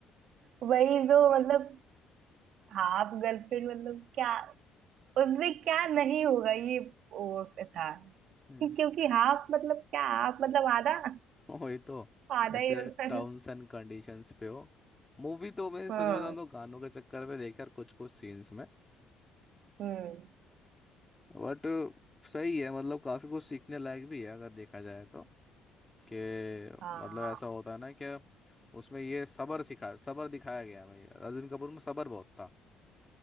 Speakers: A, on the right; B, on the left.
A: वही तो मतलब हाँ आप गर्लफ्रेंड मतलब क्या उसमें क्या नहीं होगा ये वो था
B: हम्म
A: कि क्योंकि हाफ मतलब क्या हाफ मतलब आधा
B: <laughs> वही तो
A: आधा
B: ऐसे
A: ही होता है
B: टर्म्स
A: ना
B: एंड कंडीशंस पे हो मूवी तो मैं सच
A: हाँ
B: बताऊं तो गानों के चक्कर में देखा यार कुछ कुछ सीन्स में
A: हम्म
B: बट सही है मतलब काफी कुछ सीखने लायक भी है अगर देखा जाए तो कि
A: हाँ
B: मतलब ऐसा होता है ना कि उसमें ये सबर सिखा सबर दिखाया गया है भाई अर्जुन कपूर में सबर बहुत था